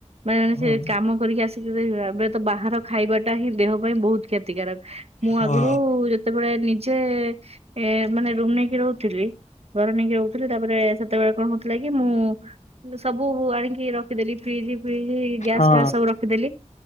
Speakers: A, on the right; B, on the left.
A: ମାନେ
B: ହଁ।
A: ସେ କାମ କରିକି ଆସିକି <unintelligible> ଏବେ ତ ବାହାର ଖାଇବାଟା ହିଁ ଦେହ ପାଇଁ ବହୁତ କ୍ଷତିକାରକ। ମୁଁ
B: ହଁ।
A: ଆଗରୁ ଯେତେବେଳେ ନିଜେ ଏ ମାନେ ରୁମ ନେଇକି ରହୁଥିଲି ଘର ନେଇକି ରହୁଥିଲି ତାପରେ ସେତେବେଳେ କଣ ହଉଥିଲା କି ମୁଁ ସବୁ ଆଣିକି ରଖିଦେଲି ଫ୍ରିଜ ଫ୍ରିଜ ଗ୍ୟାସ
B: ହଁ
A: ଫ୍ୟାସ ସବୁ ରଖିଦେଲି